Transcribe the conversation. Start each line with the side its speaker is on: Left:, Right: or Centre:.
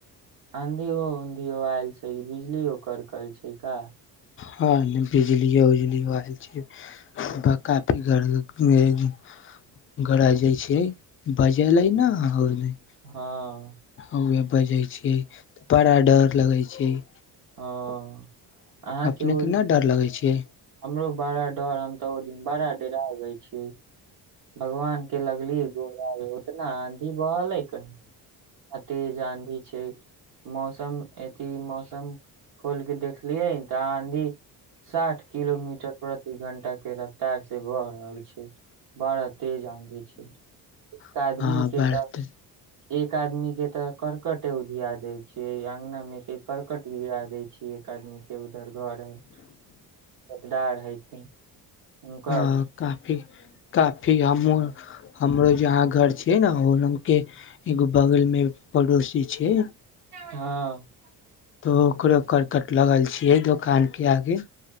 Right: आँधियो -उधियो आयल छै बिजलियो करकल छै का।
Left: हँ बिजलिए उजलीयो आयल छै। ग काकी घर में गरा जाइ छै। बजले लै ने होयले
Right: हँ
Left: उहे बजय छय, बड़ा डर लगय छय।
Right: हंऽ अहाँ
Left: अपने
Right: के ओ
Left: न डर लगै छै
Right: हमरो बड़ा डर, हम तऽ उ दिन बड़ा डरा गय छी। भगवान के लगली गोहराइ, उतना आँधी बहलेै कहीं। अतेज आंधी छैय। मौसम अथी, मौसम खोल के देखलियै, तऽ आंधी। साठ किलोमीटर प्रति घंटा के रफ्तार से, बह रहल छै। बड़ा तेज आंधी छै, एक आदमी
Left: हँ
Right: के
Left: बात
Right: तऽ एक आदमी के ते करकट उधिया देय छै, अंगना मे के करकट गिरा देय छी। एक आदमी के उधर घर हैकदार हेतिंह, हुनकर
Left: हँ काफी- काफी, हमहू हमरो जहाँ घर छियै ने ओलमके एगो बगल में पड़ोसी छै।
Right: हँ
Left: तो ओकरो करकट लगल छियै, दोकान के आगे